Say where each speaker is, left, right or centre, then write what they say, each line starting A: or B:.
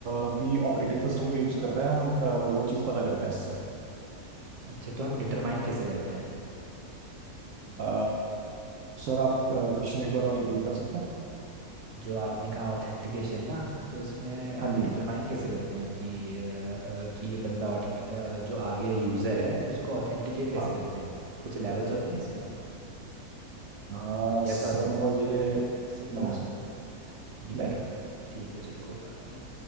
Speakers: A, on the right; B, on the right.
A: आ, भी ऑपरेटिंग सिस्टम को यूज कर रहा है हम आ, वो चीज पता करते हैं इससे
B: अच्छा तो हम डिटरमाइन कैसे करते हैं
A: आ, सर आप क्वेश्चन एक बार और रिपीट कर सकते हैं
B: जो आपने कहा ऑथेंटिकेशन ना तो इसमें हम
A: हाँ जी
B: डिटरमाइन
A: जी,
B: कैसे करते हैं कि अ, अ, कि ये बंदा authen- अ, जो आगे यूज़र है उसको ऑथेंटिकेट कैसे
A: हाँ
B: करते हैं हम कुछ लेवल्स होते हैं इसमें
A: आ,
B: यस
A: सर
B: और नो
A: मुझे
B: सिंपल
A: No
B: आंसर
A: sir
B: नहीं पता
A: नहीं
B: ठीक है चलो कोई बात नहीं